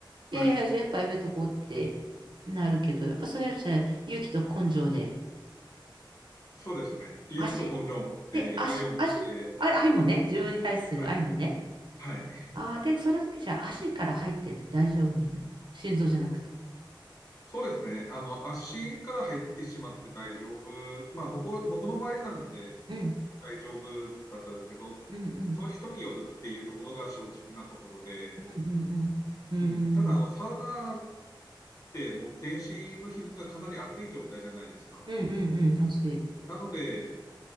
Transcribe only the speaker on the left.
はい。
そうですね。勇気と根性を持って、
愛を持って、
はい。はい。
そそうですね。あの、足から入ってしまって大丈夫。まあ、僕は、僕の場合なんで、
大丈夫だったんですけど、
その人によるっていうところが正直なところで、
うん、ただあの、
サウナってもう全身の皮膚がかなり熱い状態じゃないですか。
うん、なので、